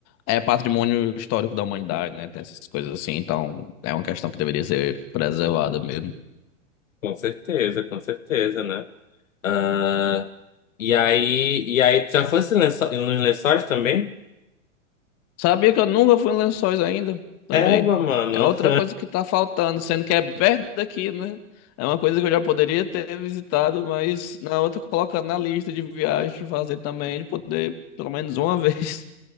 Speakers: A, on the left; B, on the left.
A: é patrimônio histórico da humanidade, né? Tem essas coisas assim, então é uma questão que deveria ser preservada mesmo.
B: Com certeza, com certeza, né? Ah, E aí, e aí, tu já fosse lenço- nos lençóis também?
A: Sabia que eu nunca fui em Lençóis ainda, também.
B: Égua, mano.
A: É outra
B: <laughs>
A: coisa que tá faltando, sendo que é perto daqui, né? É uma coisa que eu já poderia ter visitado, mas na outra colocando na lista de viagens pra fazer também, de poder, pelo menos uma <laughs> vez,